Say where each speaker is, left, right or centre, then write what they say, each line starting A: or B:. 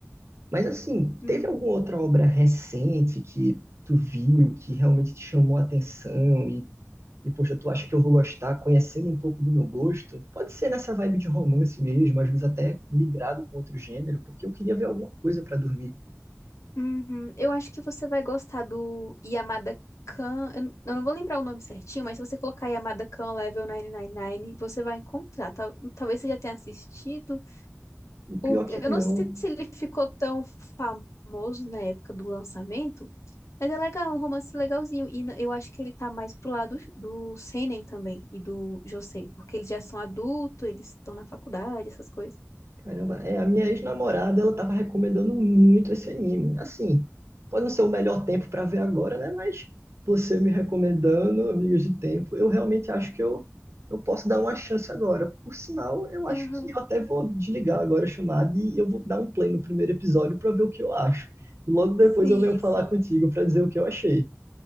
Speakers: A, on the right; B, on the left.
A: Mas assim,
B: Uhum,
A: teve alguma outra obra recente que tu viu, que realmente te chamou a atenção e, e poxa, tu acha que eu vou gostar, conhecendo um pouco do meu gosto? Pode ser nessa vibe de romance mesmo, às vezes até migrado com outro gênero, porque eu queria ver alguma coisa para dormir.
B: uhum. Eu acho que você vai gostar do Yamada Kan. Eu n- eu não vou lembrar o nome certinho, mas se você colocar Yamada Kan Level 999, você vai encontrar. Tal- Talvez você já tenha assistido,
A: O pior
B: porque
A: é que
B: eu
A: não.
B: não sei se ele ficou tão famoso na época do lançamento. Mas é legal, é um romance legalzinho. E n- eu acho que ele tá mais pro lado do Senen também e do Josei, porque eles já são adultos, eles estão na faculdade, essas coisas.
A: Caramba, é, a minha ex-namorada, ela tava recomendando muito esse anime. Assim, pode não ser o melhor tempo para ver agora, né? Mas você me recomendando, amigos de tempo, eu realmente acho que eu, eu posso dar uma chance agora. Por sinal, eu acho
B: Aham.
A: que eu até vou desligar agora a chamada e eu vou dar um play no primeiro episódio para ver o que eu acho. E logo depois
B: Sim,
A: eu venho falar
B: sim.
A: contigo para dizer o que eu achei.